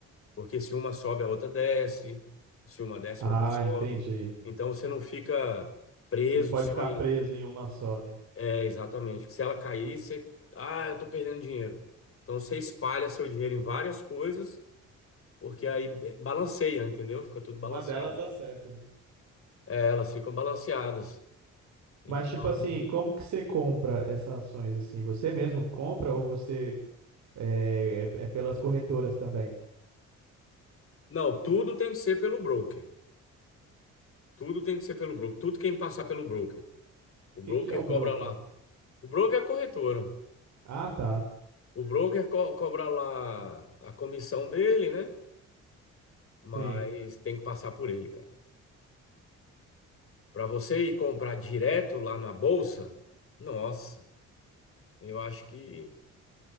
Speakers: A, on the left (about 45°); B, on the right (about 70°).
A: porque se uma sobe, a outra desce, se uma desce,
B: Ah,
A: a outra sobe.
B: entendi.
A: Então você não fica preso
B: Você não pode
A: só
B: ficar preso em uma só, né?
A: É, exatamente. se ela cair, você. Ah, eu tô perdendo dinheiro. Então você espalha seu dinheiro em várias coisas, porque aí eh, balanceia, entendeu? Fica tudo
B: Uma
A: balanceado.
B: delas dá certo, né?
A: É, elas ficam balanceadas. Então.
B: Mas, tipo assim, como que você compra essas ações assim? Você mesmo compra ou você é, é- é pelas corretoras também?
A: Não, tudo tem que ser pelo broker. Tudo tem que ser pelo broker. Tudo quem passar pelo broker.
B: O
A: O broker
B: que que é o broking?
A: cobra lá. O broker é a corretora.
B: Ah, tá.
A: O broker co- cobra lá a comissão dele, né? Mas
B: Sim.
A: tem que passar por ele, cara. Para você ir comprar direto lá na bolsa, nossa. Eu acho que